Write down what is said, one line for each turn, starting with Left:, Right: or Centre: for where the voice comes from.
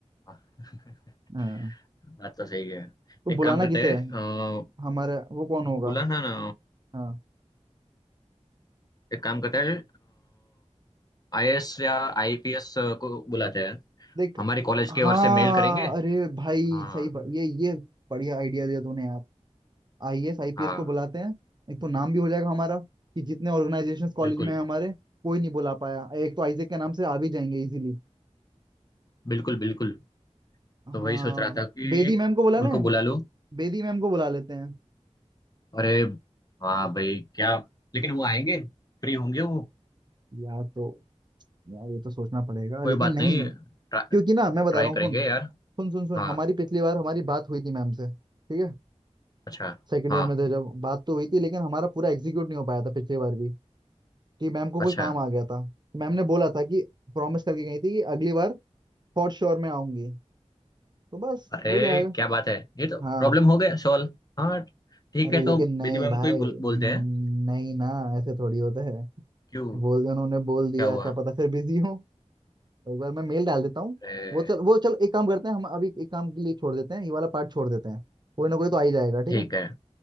Left: हाँ <laughs>
Right: हाँ
Left: बात तो सही है
Right: तो
Left: एक
Right: बुलाना
Left: काम करते
Right: किसे
Left: हैं
Right: है
Left: अ,
Right: हमारे वो कौन होगा
Left: बुलाना ना
Right: हाँ।
Left: एक काम करते हैं आईएएस या आईपीएस को बुलाते हैं
Right: देख
Left: हमारी कॉलेज की
Right: हाँ
Left: ओर से मेल करेंगे
Right: अरे भाई
Left: हाँ
Right: सही ब- ये ये बढ़िया आइडिया दिया तूने यार आईएएस आईपीएस
Left: हाँ
Right: को बुलाते हैं एक तो नाम भी हो जाएगा हमारा कि जितने ऑर्गेनाइजेशंस कॉलेज
Left: बिल्कुल
Right: में है हमारे कोई नहीं बुला पाया एक तो आइजेक के नाम से आ भी जाएंगे इजीली
Left: बिल्कुल बिल्कुल
Right: हाँ
Left: तो वही सोच रहा था कि
Right: बेदी मैम को बुला लें
Left: उनको बुला लो
Right: बेदी मैम को बुला लेते हैं
Left: अरे हाँ भाई क्या लेकिन वो आएंगे फ्री होंगे वो
Right: यार तो यार ये तो सोचना पड़ेगा
Left: कोई
Right: लेकिन
Left: बात
Right: नहीं
Left: नहीं ट्रा,
Right: क्योंकि ना मैं बता
Left: ट्राई
Right: रहा
Left: करेंगे
Right: हूँ सुन
Left: यार
Right: सुन सुन सुन
Left: हाँ
Right: हमारी पिछली बार हमारी बात हुई थी मैम से ठीक है
Left: अच्छा
Right: सेकेंड
Left: हाँ
Right: ईयर में थे जब बात तो हुई थी लेकिन हमारा पूरा एग्जीक्यूट नहीं हो पाया था पिछली बार भी कि मैम को कोई
Left: अच्छा
Right: काम आ गया था तो मैम ने बोला था कि प्रॉमिस करके गई थी कि अगली बार फॉर श्योर मैं आऊंगी तो बस
Left: अरे
Right: हो जाएगा
Left: क्या बात है ये तो
Right: हाँ
Left: प्रॉब्लम हो गया सॉल्व हाँ ठीक
Right: अरे
Left: है
Right: लेकिन
Left: तो
Right: नहीं
Left: बेदी मैम
Right: भाई
Left: को ही बोल,
Right: न-
Left: बोलते हैं
Right: नहीं ना ऐसे थोड़ी होता है
Left: क्यों
Right: बोल उन्होंने बोल दिया
Left: क्या हुआ
Right: क्या पता फिर बिजी हो तो एक बार मैं मेल डाल देता हूँ
Left: अरे
Right: वो चल वो चल एक काम करते हैं हम अभी एक काम के लिए छोड़ देते हैं ये वाला पार्ट छोड़ देते हैं कोई ना कोई तो आ ही जाएगा ठीक
Left: ठीक
Right: है
Left: है